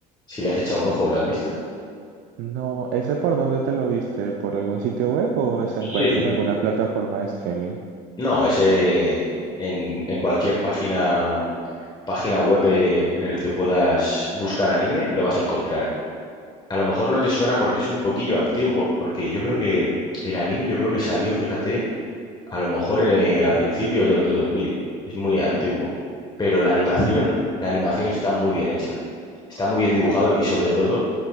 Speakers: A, on the left (about 20°); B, on the right (about 65°).
A: si le has echado un ojo o lo has visto.
B: No, ¿ese por dónde te lo viste? ¿Por algún sitio web o se encuentra
A: sí,
B: en alguna plataforma de streaming?
A: No, ese en, en cualquier página. página web eh, en el que puedas buscar anime, lo vas a encontrar. A lo mejor no te suena porque es un poquillo antiguo, porque yo creo que el anime yo creo que salió, fíjate, a lo mejor eh, a principios de los 2000, es muy antiguo, pero la animación,
B: Sí.
A: la animación está muy bien hecha, está muy bien dibujado y sobre todo